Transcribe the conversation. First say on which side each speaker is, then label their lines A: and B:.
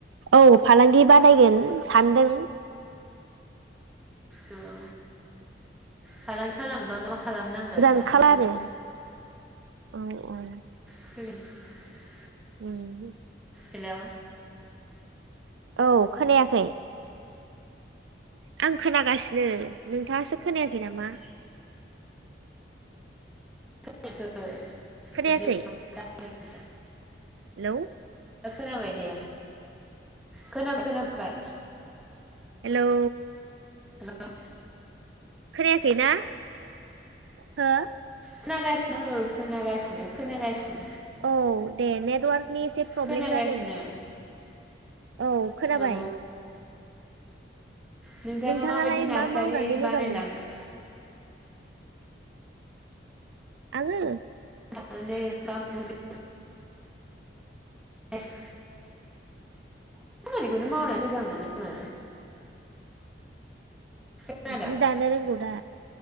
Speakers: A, on the right; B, in the centre.
A: औ फालांगि बानायगोन। सानदों
B: ओयो फालांगि खालामनोबा मा म खालामनांगोन
A: मोजां ओंखारला
B: नार्सारि
A: आरो
B: <inaudible>
A: औ औ।
B: <unintelligible>
A: उमहु।
B: हेलौ।
A: औ खोनायाखै आं खोनागासिनो नोंथाङासो खोनायाखै नामा
B: खोनायाखै <unintelligible>
A: खोनायाखै
B: <inaudible>
A: हेलौ
B: खोनाबाय दे खोनाबाय खोनाबाय
A: हेलौ
B: हेल
A: खोनायाखै ना हो
B: खोनागासिनो आं खोनागासिनो खोनागासिनो
A: औ दे नेटवारक नि एसे प्रब्लेम
B: खोनागासिनो
A: जादों औ खोनाबाय
B: औ नोंथाङा
A: नोंथाङालाय
B: माबायदि नार्सारि
A: मा मावनानै मोजां
B: बानायलांगोन
A: मोनो आङो
B: <unintelligible> ए <inaudible> <unintelligible> बेखौनो मावनाय मोजां मोनो आङो खोनादों
A: जि दानो रोंगौ दा?